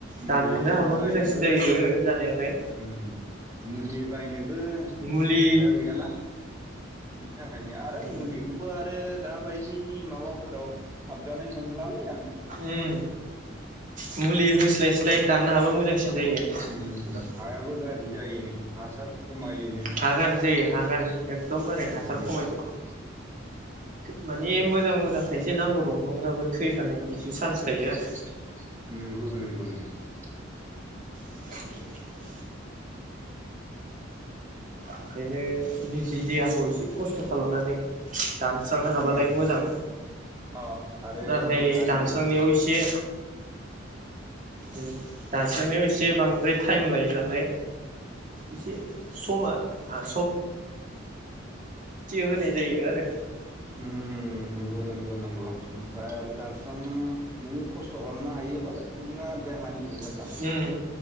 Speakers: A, on the right; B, on the right.
A: मुलि
B: दाननो हाबा
A: बायनोबो
B: मोजांसिन जायो जानायालाय
A: उम उम मुलि बायनो बो
B: मुलि
A: फैसा गैयाना बि बेनि थाखायनो आरो
B: उम
A: मुलिखौबो आरो दा बायदिनि माबाफोराव साबजानाय मोनलालै आं
B: उम मुलि होस्लाय स्लाय दाननो हाबा मोजांसिन जायो
A: हो बिदि
B: नोंथां
A: हासार होवालासि गायनो हाबा मोजांसिन उम हायाबो गाज्रि जायो नो हासार खमायो हायाबो
B: हा गाज्रि जायो हा
A: गाज्रि
B: एकदमबारे
A: जायोनो
B: हासार खमायदो माने मोजां मोजां खायसे नांगौ दंफांफ्राबो
A: उम
B: थैफानायनि एसे चान्स थायो आरो
A: उम नोंगौ नोंगौ नों उम उम
B: <inaudible> ओंखायनो नि थि देहाखौ एसे खस्थ' खालामनानै दानस्रांनो हाबालाय
A: नों
B: मोजां
A: अ आरो
B: नाथाय
A: देहानिबो
B: दानस्रांनायाव एसे उम दानस्रांनायाव एसे बांद्राय टाइम लायो नालाय एसे समा आ होनाय जायो आरो
A: उम नंगौ नंगौ नंगौ फ्राय आरो दानस्रांनो नों खस थ' खालामनो हायोबालाय नोंहा देहानि मोजां
B: उम